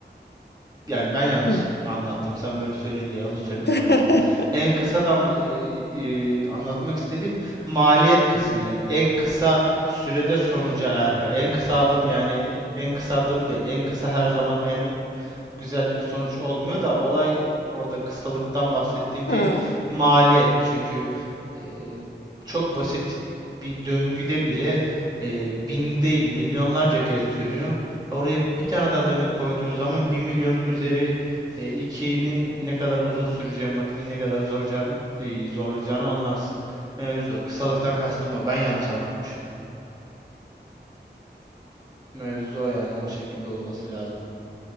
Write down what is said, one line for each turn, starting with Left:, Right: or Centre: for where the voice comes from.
Right: yani ben yanlış
Left: Hı.
Right: anlattım. Sen böyle söyleyince yanlış söyledim
Left: <laughs>
Right: fark ettim. En kısadan eee, eee, anlatmak istediğim maliyet kısmı yani en kısa sürede sonuca erme. En kısa adım yani en kısa adım değil. En kısa her zaman en güzel e, sonuç olmuyor da olay orada kısalıktan bahsettiğim
Left: Ha,
Right: şey maliyet. Çünkü e, çok basit bir döngüde bile e, bin değil milyonlarca kez dönüyor. Oraya bir tane daha döngü koyduğun zaman bir milyon üzeri e, 2'nin ne kadar uzun süreceği makinenin ne kadar zorlayacağını, e, zorlayacağını anlarsın. Mevzu o. Kısalıktan kastım o. Ben yanlış anlatmışım. Mevzu o yani o şekilde olması lazım.